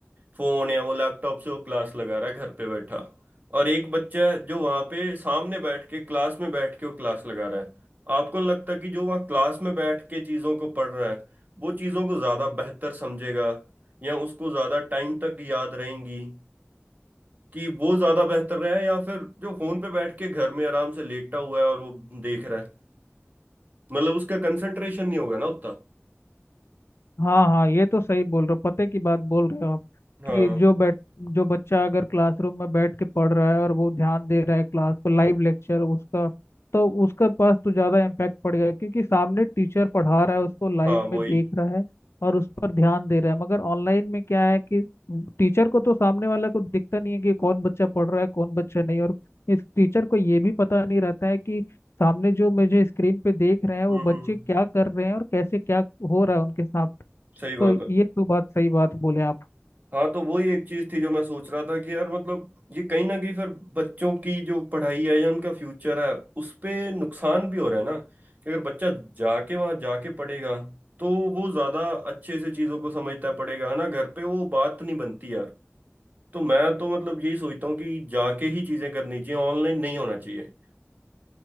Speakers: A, on the right; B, on the left.
A: फोन या वो लैपटॉप से वो क्लास लगा रहा है घर पे बैठा और एक बच्चा है जो वहां पे सामने बैठ के क्लास में बैठ के वो क्लास लगा रहा है आपको नहीं लगता कि जो वहाँ क्लास में बैठ के चीजों को पढ़ रहा है वो चीजों को ज्यादा बेहतर समझेगा या उसको ज्यादा टाइम तक याद रहेंगी कि वो ज्यादा बेहतर रहा है या फिर जो फोन पे बैठ के घर में आराम से लेटा हुआ है और वो देख रहा है मतलब उसका कंसंट्रेशन नहीं होगा ना उतना
B: हाँ हाँ ये तो सही बोल रहे हो पते की बात बोल रहे हो आप
A: हाँ
B: कि जो बैठ जो बच्चा अगर क्लासरूम में बैठ के पढ़ रहा है और वो ध्यान दे रहा है क्लास पर लाइव लेक्चर उसका तो उसके पास तो ज़्यादा इम्पैक्ट पड़ेगा क्योंकि सामने टीचर पढ़ा रहा है उसको लाइव
A: हाँ
B: में
A: वही
B: देख रहा है और उस पर ध्यान दे रहा है मगर ऑनलाइन में क्या है कि टीचर को तो सामने वाला को दिखता नहीं है कि कौन बच्चा पढ़ रहा है कौन बच्चा नहीं और इस टीचर को ये भी पता नहीं रहता है कि सामने जो मुझे स्क्रीन पे देख रहे हैं वो
A: हम्म
B: बच्चे
A: हम्म
B: क्या कर रहे हैं और कैसे क्या हो रहा है उनके सामने
A: सही बात
B: तो ये
A: है
B: तो बात सही बात बोले आप
A: हाँ तो वही एक चीज थी जो मैं सोच रहा था कि यार मतलब ये कहीं ना कहीं फिर बच्चों की जो पढ़ाई है या उनका फ्यूचर है उस पे नुकसान भी हो रहा है ना कि अगर बच्चा जाके वहां जाके पढ़ेगा तो वो ज्यादा अच्छे से चीजों को समझता पड़ेगा है ना घर पे वो बात नहीं बनती यार तो मैं तो मतलब यही सोचता हूँ कि जाके ही चीजें करनी चाहिए ऑनलाइन नहीं होना चाहिए